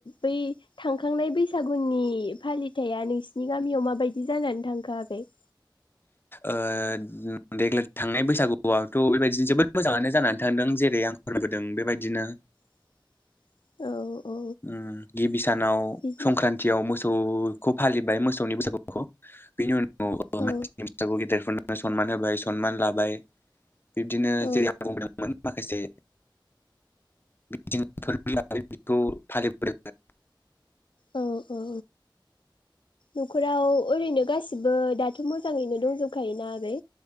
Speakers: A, on the left (about 75°); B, on the left (about 25°).
A: बै थां खांनाय बैसागुनि फालिथायाइआ नोंसिनि गामियाव माबायदि जानानै थांखो आगै? <inaudible>
B: ओ देग्लाय थांनाय बैसागुआवथ' बेबायदिनो जोबोद मोजाङानो जानानै थांदों जेरै आं होबोदों बेबायदिनो
A: <inaudible> औ
B: उम गिबि सानाव
A: बिदि
B: संख्रान्थियाव मोस सौखौ फालिबाय मोसौनि बैसागुखौ बिनि उनाव
A: औ
B: <unintelligible> गेदेरफोरनोनो सनमान होबाय सनमान लाबाय बिब्दिनो
A: औ
B: जेरै आं बुंदोंमोन माखासे बिथिं फोर <unintelligible> फालिबोदों
A: औ औ न'खराव ओरैनो गासिबो दाथ' मोजाङैनो दंजोबखायोना आगै?